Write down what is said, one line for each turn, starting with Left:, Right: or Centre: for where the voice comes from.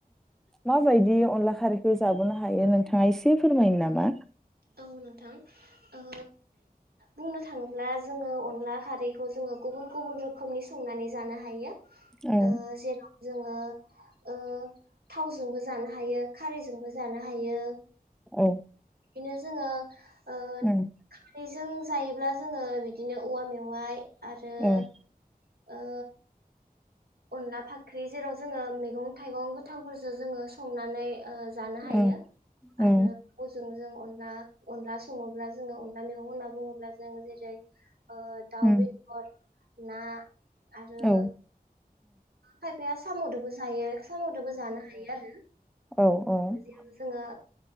Centre: माबायदि अनला खारैखो जाबावनो हायो नोंथाङा एसे फोरमायनो नामा?
Right: औ नोंथां। ओ बुंनो थाङोब्ला जोङो अनला खारैखौ जोङो गुबुन गुबुन रोखोमनि संनानै जानो हायो।
Centre: औ
Right: ओ जेन' जोङो ओ थावजोंबो जानो हायो खारैजोंबो जानो हायो।
Centre: ओं।
Right: बिनो जोङो ओ
Centre: औ
Right: खारै जों जायोब्ला जोङो बिदिनो औवा मेवाइ आरो ओ
Centre: औ
Right: अनला फाख्रि जेराव जोङो मैगं-थाइगं गोथांफोरजो जोङो संनानै ओ जानो हायो
Centre: औ औ
Right: आरो बेखौ जोङो जों अनला अनला सङोब्ला जोङो अनला मैगं होनना बुङोब्ला जों जेरै ओ दाउ
Centre: औ
Right: बेदर ना आरो
Centre: औ
Right: खायफाया साम'दोबो जायो साम'दोबो जानो हायो आरो
Centre: औ ओं
Right: जेराव जोङो